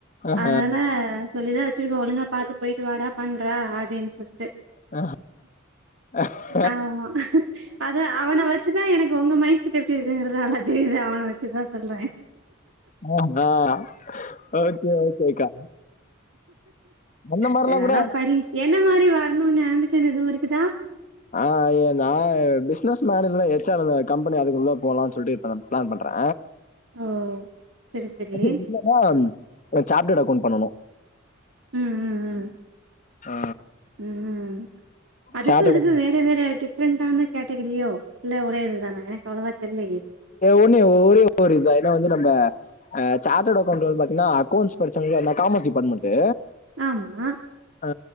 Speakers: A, on the left; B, on the right.
A: அஹ.
B: அதனால சொல்லிதா வொச்சிருக்கோ ஒழுங்க பாத்து போயிட்டு வாடா பண்றா அப்டின்னு சொல்ட்டு
A: அ அ
B: ஆமா அத அவன வச்சுதா எனக்கு உங்க மைண்ட் செட் எப்டி இருக்குங்கிறது நல்லா தெரியுது அவன வெச்சுதா சொல்றே
A: அ ஹா ஆ ஓகே ஓகேக்கா அந்த மாரிலாம்
B: செரி நல்லா
A: கூட
B: படி என்ன மாதிரி வரணுன்னு ஆம்பிஷன் எதுவு இருக்குதா
A: ஆஹ் நா பிசினஸ் மேனேஜ்ல எச் ஆர் அந்த கம்பெனி அதுக்குள்ள போலான் சொல்ட்டு பிளான் பண்றே
B: ஓ செரி செரி
A: இல்லனி அ சார்டட் அக்கவுண்ட் பண்ணணு
B: ம்ம்ம்
A: ஆ.
B: ம்ஹ் அதுக்கு
A: சார்ட்டர்ட்
B: இதுக்கு வேற் வெவ்வேற டிஃப்ரெண்டான கேட்டகரியோ இல்ல ஒரே இது தானா எனக்கு அவ்ளவா தெர்லயே
A: ஒன்னே ஒரே ஒருதா ஏனா வந்து நம்ம அ சார்ட்டட் அக்கௌவுண்ட்ஸ் வந்து பாத்தீங்கன்னா அக்கௌண்ட்ஸ் படிச்சவங்க நா காமர்ஸ் டிபாட்மெண்ட்டு
B: ஆமா
A: ஆ